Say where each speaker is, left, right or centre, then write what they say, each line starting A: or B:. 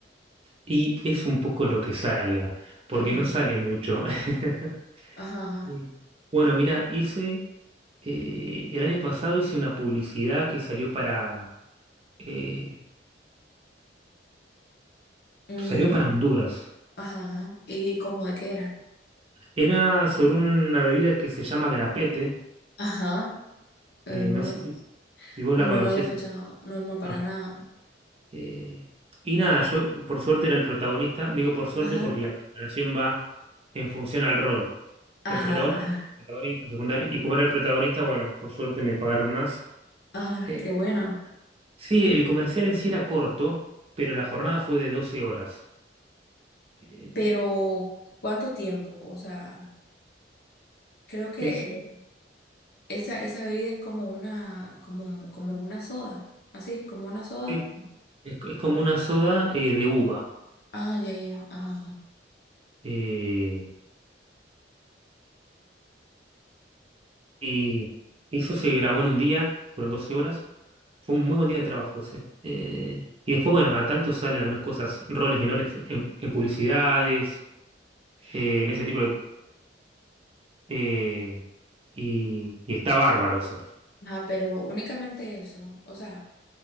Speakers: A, on the right; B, on the left.
A: y es un poco lo que salga, porque
B: Ujú.
A: no sale mucho. <laughs>
B: Ajá, ajá.
A: Sí. Bueno, mira, hice, eh, el año pasado hice una publicidad que salió para, eh,
B: Ujú.
A: salió para Honduras.
B: Ajá, ajá. ¿Y cómo de qué era?
A: Era sobre una bebida que se llama grapete.
B: Ajá. Eh,
A: eh,
B: No,
A: no sé si, si vos
B: no,
A: la conocés.
B: no lo he escuchado.
A: si-
B: No, no, para
A: no.
B: nada.
A: Eh, y nada, yo por suerte era el protagonista. Digo por suerte
B: Ajá.
A: porque la relación va en función al rol.
B: Ajá,
A: O sea, el protagonista,
B: ajá.
A: protagonista, secundario. Y como era el protagonista, bueno, por suerte me pagaron más.
B: Ajá,
A: Eh,
B: qué bueno.
A: sí, el comercial en sí era corto, pero la jornada fue de doce horas. Eh,
B: Pero, ¿cuánto tiempo? O sea, creo que
A: eso
B: esa, esa bebida es como una, como, como una soda. Así, como una soda.
A: eh, es, es como una soda eh, de uva.
B: Ah, ya, ya. Ajá, ajá.
A: Eh, Y eso se grabó en un día, fueron 12 horas. Fue un muy buen día de trabajo ese. Eh, y después, bueno, cada tanto salen algunas cosas, roles menores en, en publicidades, eh, en ese tipo de... eh, y, y está bárbaro eso.
B: Ajá, pero únicamente eso. O sea,